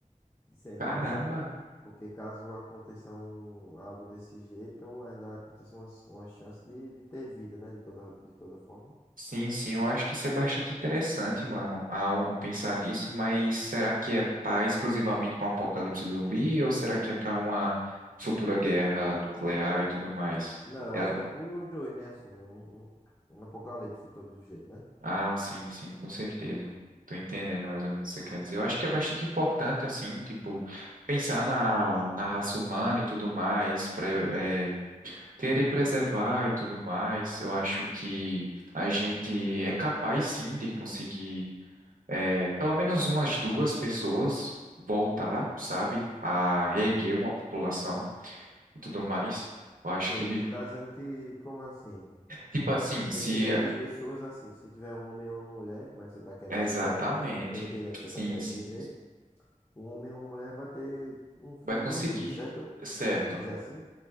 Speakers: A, on the left; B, on the right.
A: de sementes.
B: Caramba!
A: Porque caso aconteça um, algo desse jeito, ainda aconteça uma, uma chance de, de ter vida, né? De toda, de toda forma.
B: Sim, sim, eu acho que isso é bastante interessante, mano, a ONU pensar nisso, mas será que é para exclusivamente para um apocalipse zumbi ou será que é para uma futura guerra nuclear e tudo mais?
A: Não, eu
B: Ela-
A: acho que é pros dois, né? Assim, um, um, um apocalipse de todo jeito, né?
B: Ah, sim, sim, com certeza. Tô entendendo mais ou menos o que você quer dizer. Eu acho que é bastante importante, assim, tipo, pensar na, na raça humana e tudo mais, pra, é, querer preservar e tudo mais. Eu acho que a gente é capaz, sim, de conseguir. é, pelo menos umas duas pessoas voltar, sabe, a reerguer uma população e tudo mais. Eu acho
A: Sei,
B: que,
A: você tá dizendo que, como assim?
B: tipo assim, se
A: Porque se tiver duas pessoas, assim, se tiver um homem e uma mulher, como é que você tá querendo
B: exatamente,
A: dizer, né? Que eu, que eu tô entendendo o que você
B: sim,
A: tá querendo
B: sim,
A: dizer. Um homem e uma mulher vai ter um filho
B: vai conseguir,
A: e uma filha, certo?
B: certo?
A: Vamos dizer assim?